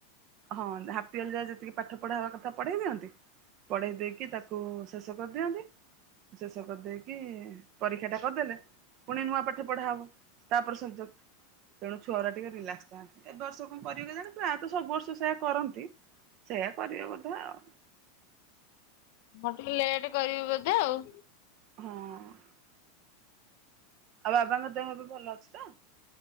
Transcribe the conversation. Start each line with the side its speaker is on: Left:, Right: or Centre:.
Right: ହଁ ହାପିଅଲି ଯାଏ ଯେତିକି ପାଠ ପଢା ହବା କଥା ପଢେଇ ଦିଅନ୍ତି ପଢେଇ ଦେଇକି ତାକୁ ଶେଷ କରିଦିଅନ୍ତି। ଶେଷ କରିଦେଇକି ପରୀକ୍ଷା ଟା କରିଦେଲେ ପୁଣି ନୂଆ ପାଠ ପଢା ହବ ତାପରେ ସେ ଯୋଉ ତେଣୁ ଛୁଆ ଗୁରା ଟିକେ ରିଲାକ୍ସ ଥାନ୍ତି ଏ ବର୍ଷ କଣ କରିବ କି ଜାଣ ତ ସବୁ ବର୍ଷ ସେୟା କରନ୍ତି। ସେଇୟା କରିବେ ବୋଧେ ଆଉ।
Left: ମୁଁ ଟିକେ ଲେଟ୍ କରିବି ବୋଧେ ଆଉ।
Right: ହଁ। ଆଉ ବାବାଙ୍କ ଦେହ ଏବେ ଭଲ ଅଛି ତ?